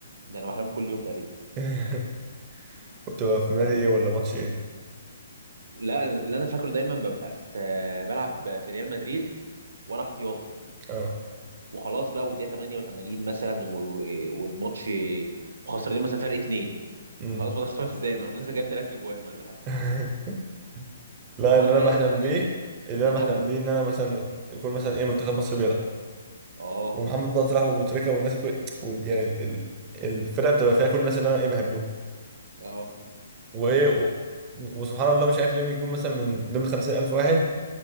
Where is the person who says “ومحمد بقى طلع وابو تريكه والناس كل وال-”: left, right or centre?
Right